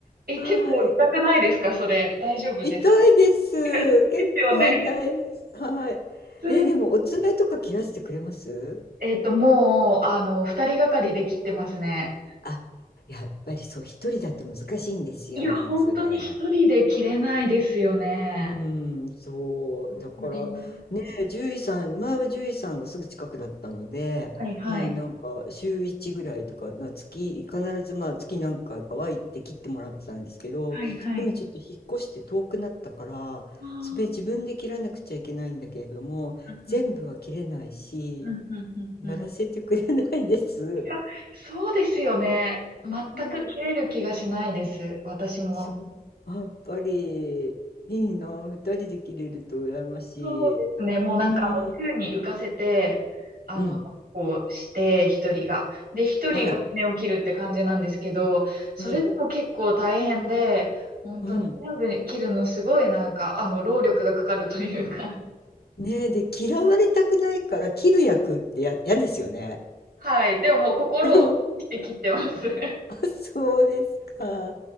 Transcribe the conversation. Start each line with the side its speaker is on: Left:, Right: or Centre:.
Right: え、
Left: はい。
Right: 結構痛くないですかそれ。大丈夫ですか
Left: 痛いです。結構痛いです。
Right: ですよね。
Left: はい。
Right: 普通に、
Left: え、でもお爪とか切らしてくれます？
Right: えっと、もう、あの、二人がかりで切ってますね。
Left: あ、やっぱりそう、一人だと難しいんですよ、
Right: いや、本当に一人で切れないですよね。
Left: それ。うん、そう。
Right: わかります。
Left: だから、ね、獣医さん、前は獣医さんがすぐ近くだったので、
Right: はいはい。
Left: もうなんか週1ぐらいとか、な月、必ずまあ月何回かは行って切ってもらってたんですけど、
Right: はいはい。
Left: 今ちょっと引っ越して遠くなったから、
Right: ああ、
Left: 爪自分で切らなくちゃいけないんだけれども、
Right: うんうん、
Left: 全部は切れないし、
Right: うんうんうんうん。
Left: やらせてくれないです。
Right: いや、そうですよね。全く切れる気がしないです。
Left: うん
Right: 私も。
Left: そう、やっぱりいいな、二人で切れると羨ましい。
Right: そうですね。もうなんか、
Left: うん。
Right: あの、宙に浮かせて、あの、
Left: うん
Right: 抱っこして、一人が。で、一人が爪を切るって感じなんですけど、
Left: はい。
Right: それでも結構大変で、
Left: うん。
Right: 本当に全部切るのすごいなんか、
Left: うん。
Right: あの、労力がかかるというか。<laughs>
Left: ねえ、で、嫌われたくないから切る役ってや嫌ですよね。
Right: はい。でももう心を鬼にして切ってます。
Left: うん。<laughs>
Right: <laughs>
Left: あ、そうですか。